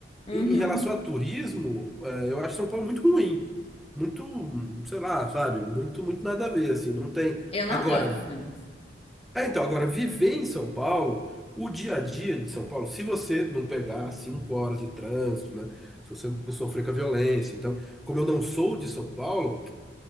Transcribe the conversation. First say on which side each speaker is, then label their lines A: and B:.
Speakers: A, on the left; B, in the centre.
A: Uhum.
B: Em em relação a turismo, é, eu acho São Paulo muito ruim. Muito, sei lá, sabe? Muito, muito nada a ver, assim. Não tem.
A: Eu não
B: Agora.
A: gosto muito.
B: É, então, agora, viver em São Paulo, o dia a dia de São Paulo, se você não pegar cinco horas de trânsito, né? Se você não sofrer com a violência. Então, como eu não sou de São Paulo,